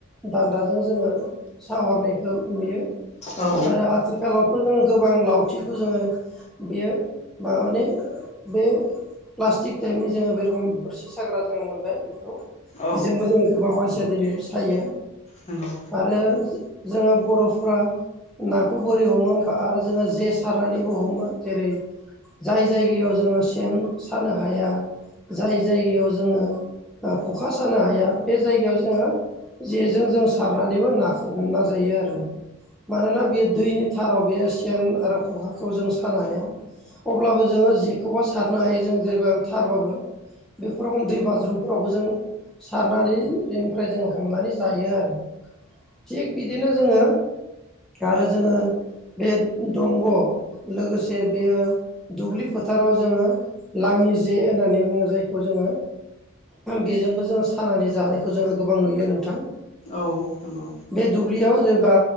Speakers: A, in the centre; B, on the left (about 30°).
A: दान्दाजों जोङो साहरनायखौ नुयो
B: औ नंगौ औ
A: आरो आथिखालावथ' जों गोबां लावथिखौ जोङो बेयो मानानि बेयो प्लास्टिक टाइपनि जोङो बे रखम बोरसि साग्रा जोङो मोनबाय बेखौ
B: औ
A: बेजोंबो जों गोबां मानसिया दिनै सायो
B: नंगौ नंगौ
A: आरो जों बर'फ्रा नाखौ बोरै हमो होमबा आरो जोङो जे सारनानैबो हमो जेरै जाय जायगायाव जोङो सेन सानो हाया जाय जायगायाव जोङो ओ ख'खा सानो हाया बे जायगायाव जोङो जेजों जों सारनानैबो नाखौ हमना जायो आरो। मानोना बेयो दैनि धाराव बेयो सेन आरो खखाखो खौ जों सानो हाया। अब्लाबो जोङो जेखौबा सारनो हायो जों जेबो धारबाबो बेफोर रखम दै बाजरुम फोरावबो जों सारनानै बेनिफ्राय जों हमनानै जायो आरो थिग बिदिनो जोङो आरो जोङो बे दंग' लोगोसे बेयो दुब्लि फोथाराव जोङो लाङि जे होननानै बुङो जायखौ जोङो बेजोंबो जोङो सानानै जानायखौ जोङो गोबां नुयो नोंथां।
B: औ नंगौ।
A: बे दुब्लियाव जेनबा